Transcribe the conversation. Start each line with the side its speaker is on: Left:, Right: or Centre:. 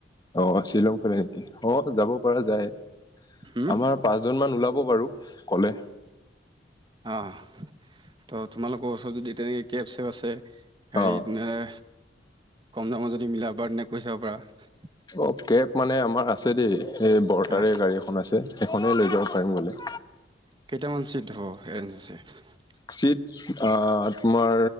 Left: অ' শ্বিলং ফালে নেকি অ' যাব পৰা যায়,
Right: হুম
Left: আমাৰ পাঁচজন মান ওলাব <unintelligible> বাৰু ক'লে।
Right: অ' ত' তোমালোকৰ ওচৰত যদি তেনেকে কেব চেব আছে। হেৰিত
Left: অ
Right: এ কম দামত যদি মিলাব পাৰ তেনে কৈ চাব পাৰা।
Left: অ' কেব মানে আমাৰ আছে দেই। এই বৰ্তাৰে
Right: হা
Left: গাড়ী এখন আছে সেইখনে লৈ যাব পাৰিম বোলে।
Right: কেইটামান চিট অ' <unintelligible>
Left: চিট অ' তোমাৰ